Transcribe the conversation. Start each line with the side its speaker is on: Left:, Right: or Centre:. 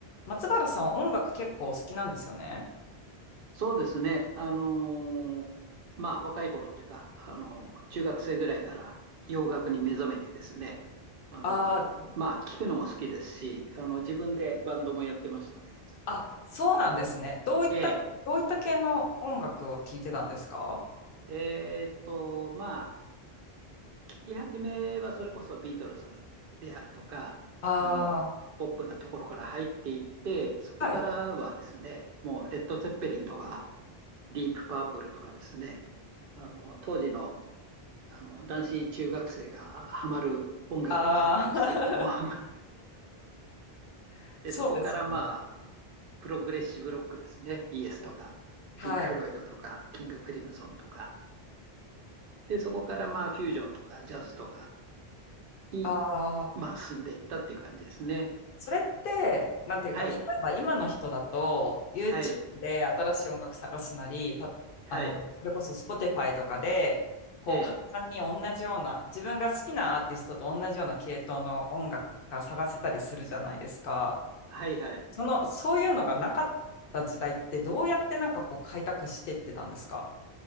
Left: 松原さん、音楽結構好きなんですよね。
Right: そうですね。あのーまあ、若い頃っていうか、あのー中学生ぐらいから洋楽に目覚めてですね。あのーまあ、
Left: あー
Right: 聞くのも好きですし、あの、自分でバンドもやってましたね、ずっと。
Left: あ、そうなんですね。どういった、
Right: え
Left: どういった系の音楽を聴いてたんですか
Right: ええーっと、まあ、聞き始めはそれこそビートルズであるとか、
Left: あ
Right: あの、ポップなところから入っていって、そこからはですね、
Left: あー、はい。
Right: もうレッド・ツェッペリンとか、ディープ・パープルとかですね、あの、当時のあの、男子中学生がハマる音楽があったんですけれども
Left: ああ、
Right: <laughs>、
Left: <laughs>
Right: で、
Left: そうですね。
Right: そこからまあ、プログレッシブロックですね、イエスとか、
Left: はい。
Right: ピンク・フロイドとか、キング・クリムゾンとか、で、そこからまあ、フュージョンとか、ジャズとかに、
Left: ああ、
Right: まあ、進んでいったっていう感じですね。
Left: それって、なんていうか、
Right: はい、
Left: 例えば今の人だと、YouTube
Right: はい、
Left: で新しい音楽探すなり、た、
Right: はい、
Left: あの、それこそ Spotify とかで、こう、
Right: ええ、
Left: 簡単に同じような、自分が好きなアーティストと同じような系統の音楽が探せたりするじゃないですか。
Right: はい、はい。
Left: その、そういうのがなかった時代ってどうやってなんかこう開拓していってたんですか